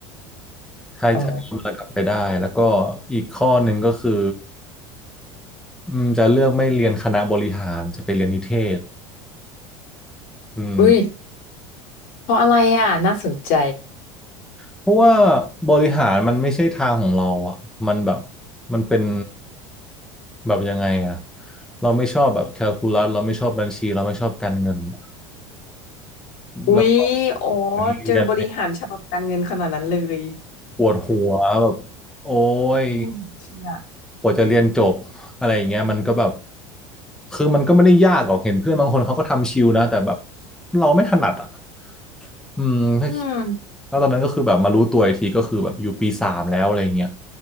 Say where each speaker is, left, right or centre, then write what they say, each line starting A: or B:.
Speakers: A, in the centre; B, on the left.
A: ถ้าถ้าย้อนเวลากลับไปได้แล้วก็
B: อ๋อ
A: อีกข้อหนึ่งก็คืออืมจะเลือกไม่เรียนคณะบริหารจะไปเรียนนิเทศอืม
B: อุ้ยเพราะอะไรอ่ะน่าสนใจ
A: เพราะว่าบริหารมันไม่ใช่ทางของเราอ่ะมันแบบมันเป็นแบบยังไงอ่ะเราไม่ชอบแบบแคลคูลัสเราไม่ชอบบัญชีเราไม่ชอบการเงินอะ
B: อุ้ยอ๋อ
A: แล้วก็เรียน
B: เจอบริหารฉบับการเงินขนาดนั้นเลย
A: ปวดหัวแบบโอ้ย
B: อืมเชื่อ
A: กว่าจะเรียนจบอะไรอย่างเงี้ยมันก็แบบคือมันก็ไม่ได้ยากหรอกเห็นเพื่อนบางคนเขาก็ทำชิลนะแต่แบบเราไม่ถนัดอ่ะอืมถ้า
B: อืม
A: แล้วตอนนั้นก็คือแบบมารู้ตัวอีกทีก็คือแบบอยู่ปีสามแล้วอะไรเงี้ย